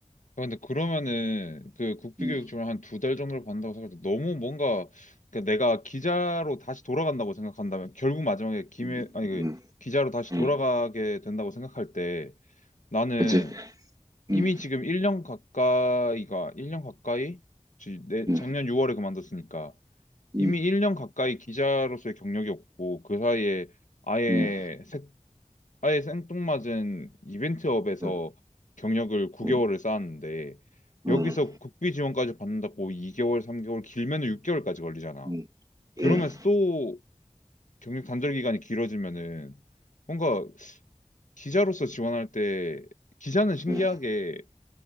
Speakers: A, on the left; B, on the right.
A: 아, 근데 그러면은 그 국비교육
B: 음,
A: 지원 한두 달 정도를 받는다고 생각해도 너무 뭔가 그러니까 내가 기자로 다시 돌아간다고 생각한다면 결국 마지막에 김해
B: 음,
A: 아니 그
B: 음,
A: 기자로 다시
B: 음,
A: 돌아가게 된다고 생각할 때 나는
B: 그지? 음,
A: 이미 지금 1년 가까이가, 1년 가까이? 지- 내,
B: 음,
A: 작년 6월에 그만뒀으니까. 이미
B: 음,
A: 1년 가까이 기자로서의 경력이 없고, 그 사이에 아예,
B: 음,
A: 색, 아예 생뚱맞은 이벤트업에서
B: 음,
A: 경력을 9개월을
B: 음,
A: 쌓았는데,
B: 음,
A: 여기서 국비 지원까지 받는다고 2개월, 3개월, 길면 6개월까지 걸리잖아.
B: 음,
A: 그러면서
B: 음,
A: 또 경력 단절 기간이 길어지면은, 뭔가 기자로서 지원할 때, 기자는 신기하게
B: 음, 음.